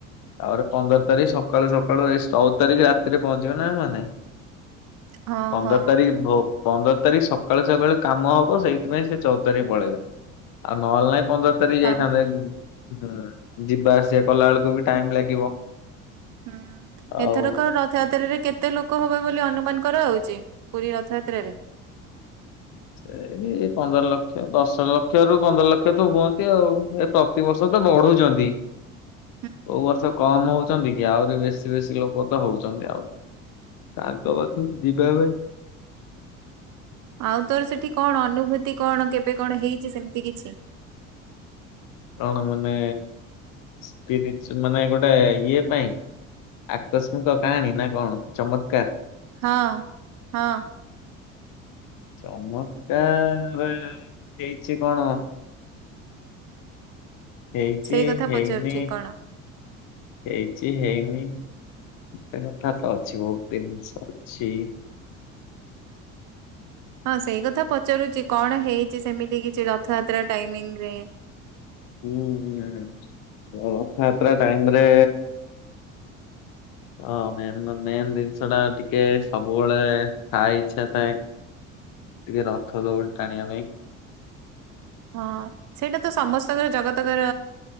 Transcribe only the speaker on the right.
ହଁ
ହଁ
ତ
ହୁଁ,
ଏଥରକ ରଥଯାତ୍ରାରେ କେତେ ଲୋକ ହବ ବୋଲି ଅନୁମାନ କରାହେଉଛି? ପୁରୀ ରଥଯାତ୍ରାରେ?
<inaudible>
ଆଉ ତୋର ସେଠି କଣ ଅନୁଭୂତି କଣ? କେବେ କଣ ହେଇଛି ସେମିତି କିଛି?
ହଁ, ହଁ।
ସେଇ କଥା
ପଚାରୁଛି କଣ?
ହଁ ସେଇ କଥା ପଚାରୁଛି? କଣ ହେଇଛି ସେମିତି କିଛି ରଥଯାତ୍ରା ଟାଇମିଂ ରେ?
ହଁ, ସେଇଟା ତ ସମସ୍ତଙ୍କର ଜଗତକର